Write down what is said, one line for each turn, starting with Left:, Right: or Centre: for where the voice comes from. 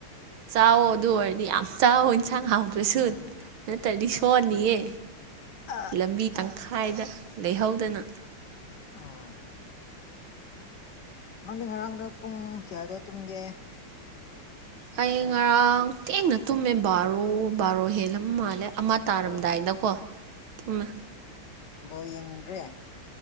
Right: ꯆꯥꯣ ꯑꯗꯨ ꯑꯣꯏꯔꯅꯤ ꯌꯥꯝ ꯆꯥ ꯍꯟꯁꯥꯡ ꯍꯥꯎꯗ꯭ꯔꯁꯨ
Left: ꯎꯝ
Right: ꯅꯠꯇ꯭ꯔꯗꯤ ꯁꯣꯟꯅꯤꯌꯦ
Left: ꯑ
Right: ꯂꯝꯕꯤ ꯇꯪꯈꯥꯏꯗ ꯂꯩꯍꯧꯗꯅ
Left: ꯑꯥ ꯅꯪꯗꯤ ꯉꯔꯥꯡꯗ ꯄꯨꯡ ꯀꯌꯥꯗ ꯇꯨꯝꯒꯦ
Right: ꯑꯩ ꯉꯔꯥꯡ ꯊꯦꯡꯅ ꯇꯨꯝꯃꯦ ꯕꯥꯔꯣ ꯕꯥꯔꯣ ꯍꯦꯜꯂꯝ ꯃꯥꯜꯂꯦ ꯑꯃ ꯇꯥꯔꯝꯗꯥꯏꯗꯀꯣ
Left: ꯕꯣꯜ
Right: ꯊꯨꯝꯃꯦ
Left: ꯕꯧ ꯌꯦꯡꯗ꯭ꯔꯦ